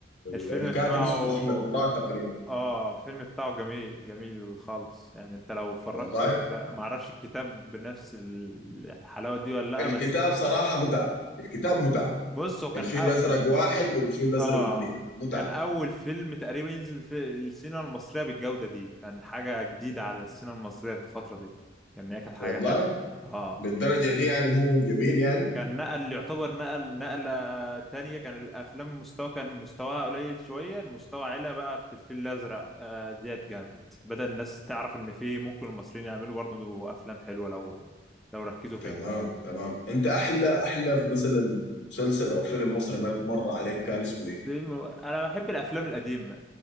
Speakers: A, on the left; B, in the centre.
A: ال-
B: الفيلم
A: الكاتب
B: بتاعه
A: اسمه أحمد مراد تقريبا
B: اه الفيلم بتاعه جميل جميل خالص يعني انت لو اتفرجت
A: والله
B: لا ما اعرفش الكتاب بنفس الحلاوة دي ولا لا
A: الكتاب
B: بس
A: صراحة متعة الكتاب متعة
B: بص هو كان
A: الفيل
B: أو...
A: الأزرق واحد والفيل الأزرق
B: اه
A: اثنين متعة
B: كان اول فيلم تقريبا ينزل في السينما المصرية بالجودة دي كان حاجة جديدة على السينما المصرية في الفترة دي كان هي كانت حاجة
A: والله
B: حلوة اه
A: للدرجة دي يعني هو جميل يعني
B: كان نقل يعتبر نقل نقلة تانية كان الأفلام المستوى كان مستواها قليل شوية المستوى علا بقى في الفيل الأزرق آه، ديت جامد بدأ الناس تعرف إن في ممكن المصريين يعملوا برضه أفلام حلوة لو لو ركزوا فيها
A: تمام تمام أنت أحلى أحلى مثلا مسلسل أو فيلم مصري مر عليك كان اسمه إيه؟
B: فيلم أنا بحب الأفلام القديمة